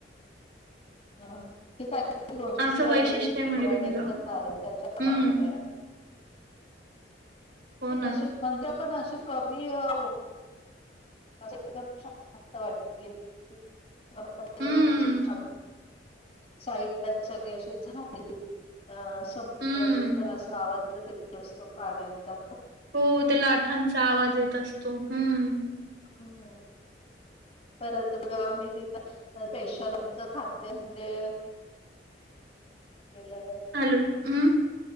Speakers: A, on the left; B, on the right.
A: हा ते काय काही तरी गोष्टी
B: असं
A: आहेत
B: वैशिष्ट्य आहे म्हणे
A: पौराणिक
B: तिथलं.
A: कथा आहेत त्याच्या
B: हम्म.
A: मागे
B: हो
A: ति
B: ना.
A: कशी मंद पण अशी कमीये हो ान <unintelligible> वाटत गे आ व
B: हम्म.
A: <unintelligible> साइटला सगळी अशी झाडी अ समुद्राचा
B: हम्म.
A: तर असा आवाज येत असतो पाण्यांचा
B: हो त्या लाटांचा आवाज येत असतो हम्म
A: हम परत बघा आम्ही तिथ स्पेशल आमच खाद्य म्हणजे? गेल्यावर
B: हॅलो हम्म